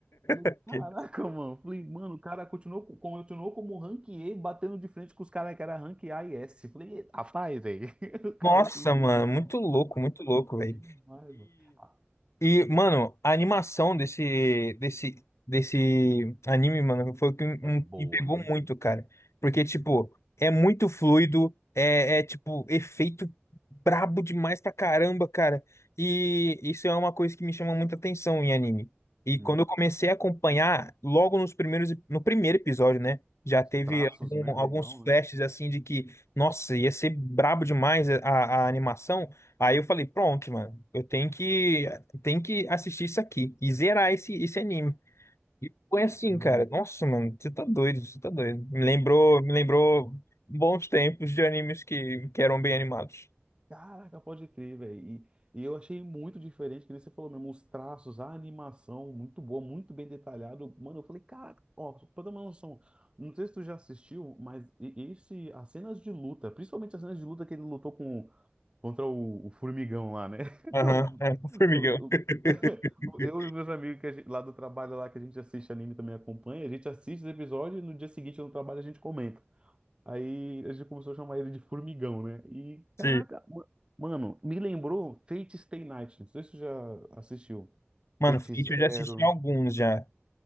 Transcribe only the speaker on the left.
<laughs>
Nossa,
mano, muito louco, muito louco, velho.
E, mano, a animação desse, desse, desse anime, mano, foi o que me
um, me pegou
muito, cara. Porque, tipo, é muito fluido, é, é, tipo, efeito brabo demais pra caramba, cara. E isso é uma coisa que me chama muita atenção em anime. E
quando eu comecei a acompanhar, logo nos primeiros, no primeiro episódio, né? Já teve
algum-
alguns flashes
assim de que, nossa, ia ser brabo demais a a- a animação. Aí eu falei, pronto, mano, eu tenho que tem que assistir isso aqui e zerar esse, esse anime. E foi assim,
cara. Nossa, mano, você tá doido, você tá doido. Me lembrou, me lembrou bons tempos de animes que, que eram bem animados.
Aham,
é, o Formigão.
<laughs>
Sim.
Mano,
Fate
eu já assisti alguns já.